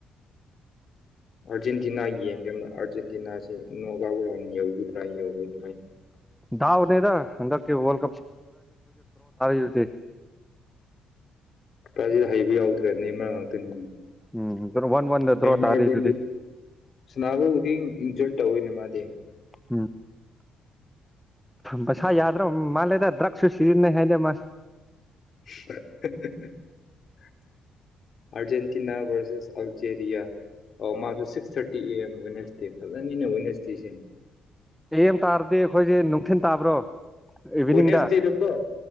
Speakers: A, on the left (about 55°); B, in the centre.
A: ꯑꯥꯔꯖꯦꯟꯇꯤꯅꯥ ꯌꯦꯡꯒꯕ ꯑꯥꯔꯖꯦꯟꯇꯤꯅꯥꯁꯤ ꯅꯣꯒꯥꯎ ꯭ꯔ ꯌꯧꯒꯗ꯭ꯔꯥ ꯌꯧꯗ꯭ꯔꯥ
B: ꯗꯥꯎꯅꯤꯗ ꯍꯟꯗꯛꯀꯤ ꯋꯣꯜ <unintelligible>
A: ꯄꯔꯥꯁꯤꯗ ꯍꯩꯕ ꯌꯥꯎꯗ꯭ꯔꯦ ꯅ ꯃꯔꯛ ꯉꯥꯛꯇꯅꯤ
B: ꯎꯝ ꯋꯥꯟ ꯋꯥꯟꯗ
A: <unintelligible>
B: ꯗ꯭ꯔꯣ ꯇꯥꯔꯤꯗꯨꯗꯤ
A: ꯁꯅꯥꯎꯗꯤ ꯇꯧꯋꯤꯅꯦ ꯃꯥꯗꯤ
B: ꯎꯝ ꯃꯁꯥ ꯌꯥꯗ꯭ꯔꯥ ꯃꯥꯜꯂꯦꯗ ꯗ꯭ꯔꯛꯁꯨ ꯁꯤꯖꯤꯟꯅꯩ ꯍꯥꯏꯗ ꯃꯥꯁꯦ
A: <unintelligible> ꯑꯥꯔꯖꯦꯟꯇꯤꯅꯥ ꯚꯔꯁꯦꯁ ꯑꯜꯖꯦꯔꯤꯌꯥ ꯑꯣ ꯃꯥꯁꯨ ꯁꯤꯛꯁ ꯊꯥꯔꯇꯤ ꯑꯦ ꯑꯦꯝ ꯋꯥꯏꯅꯁꯗꯦ ꯐꯖꯅꯤꯅ ꯋꯥꯏꯅꯁꯇꯔꯤꯁꯦ
B: ꯑꯦ ꯑꯦꯝ ꯇꯥꯔꯗꯤ ꯑꯩꯈꯣꯏꯗꯤ ꯅꯨꯡꯊꯤꯟ ꯇꯥꯕ꯭ꯔꯣ ꯏꯚꯤꯅꯤꯡꯗ
A: ꯋꯥꯏꯅ꯭ꯔꯁꯗꯦ ꯀꯣ